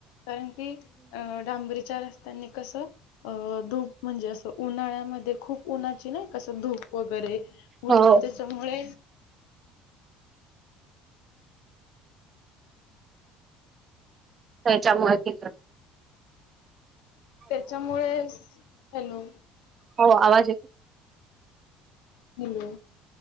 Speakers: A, on the left (about 75°); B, on the right (about 40°).
A: कारण की अ डांबरी विचार असतानी कसं? अ धूप म्हणजे असं उन्हाळ्यामध्ये खूप उन्हाची नाही कसं धूप वगैरे
B: हो
A: ती त्याच्यामुळे.
B: त्याच्यामुळे कि.
A: त्याच्यामुळे हॅलो.
B: हो आवाज येतोय.
A: हॅलो.